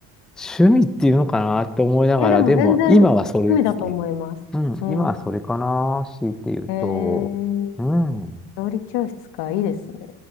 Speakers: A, in the centre; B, on the left.
A: 趣味っていうのかなって思いながら、
B: えーでも全然趣味だと思います。
A: でも今はそれですね。うん、
B: うん。
A: 今はそれかな、強いて言うと、
B: えー、
A: うん。
B: 料理教室か、いいですね。